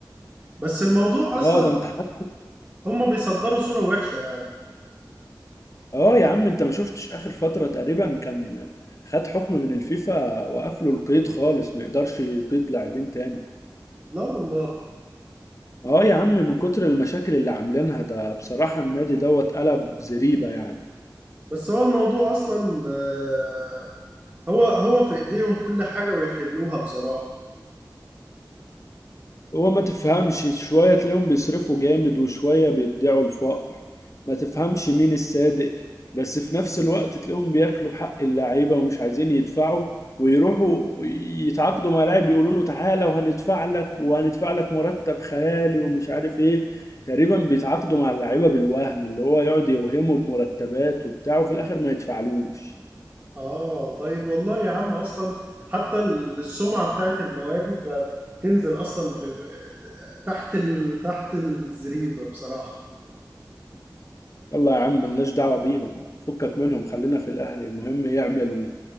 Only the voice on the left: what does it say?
اه
ده انت حتى
اه يا عم انت ما شفتش اخر فترة تقريبا كان خد حكم من الفيفا وقفله القيد خالص ما يقدرش يقيد لاعبين تاني
اه يا عم من كتر المشاكل اللي عاملينها ده بصراحة النادي دوت قلب زريبة يعني
هو ما تفهمش شوية تلاقيهم بيصرفوا جامد وشوية بيدعوا الفقر ما تفهمش مين الصادق بس في نفس الوقت تلاقيهم بياكلوا حق اللعيبة ومش عايزين يدفعوا ويروحوا يتعاقدوا مع لاعب يقولوا له تعالى وهندفع لك وهندفع لك مرتب خيالي ومش عارف ايه تقريبا بيتعاقدوا مع اللعيبة بالوهم اللي هو يقعد يوهمه بمرتبات وبتاع وفي الآخر ما يدفعلوش
يلا يا عم ملناش دعوة بيهم فكك منهم خلينا في الأهلي المهم يعمل